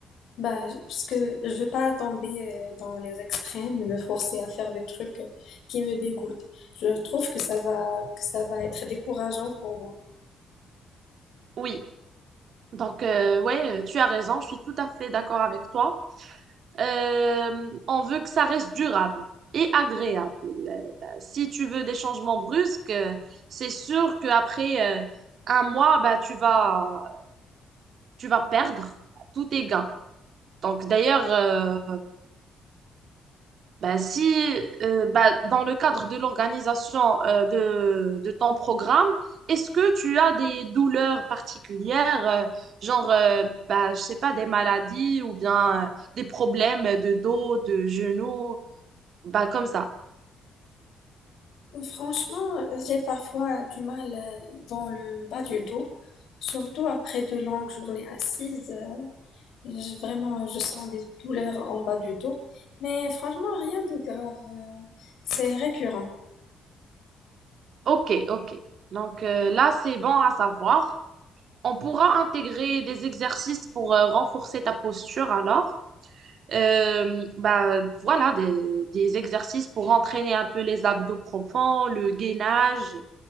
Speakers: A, on the left; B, on the right.
A: Bah, parce que je veux pas tomber euh, dans les extrêmes et me forcer à faire des trucs euh, qui me dégoûtent. Je trouve que ça va, que ça va être décourageant pour moi.
B: Oui, donc euh, ouais, tu as raison, je suis tout à fait d'accord avec toi. Euh, on veut que ça reste durable et agréable. Euh, bah, si tu veux des changements brusques, euh, c'est sûr qu'après euh, un mois, bah, tu vas, tu vas perdre bah, tous tes gains. Donc d'ailleurs, euh, bah, si euh, bah, dans le cadre de l'organisation euh, de, de ton programme, est-ce que tu as des douleurs particulières, euh, genre, euh, bah, je sais pas, des maladies ou bien euh, des problèmes de dos, de genoux, Bah, comme ça.
A: Franchement, j'ai parfois du mal euh, dans le bas du dos, surtout après de longues journées assises. euh, j'ai Vraiment, je sens des douleurs en bas du dos, mais franchement, rien de grave. C'est récurrent.
B: OK, OK. Donc euh, là, c'est bon à savoir. On pourra intégrer des exercices pour euh, renforcer ta posture alors. Euh, bah, voilà, des, des exercices pour entraîner un peu les abdos profonds, le gainage.